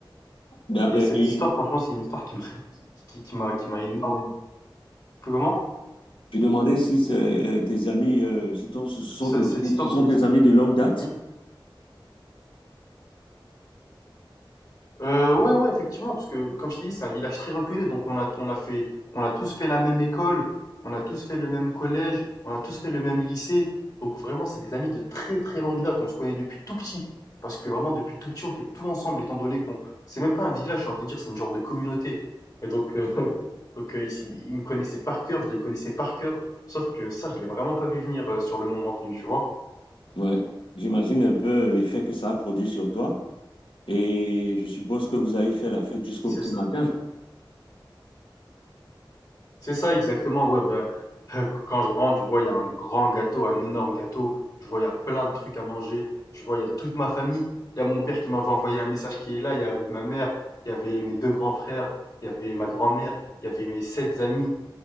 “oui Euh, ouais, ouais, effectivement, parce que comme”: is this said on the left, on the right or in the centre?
Left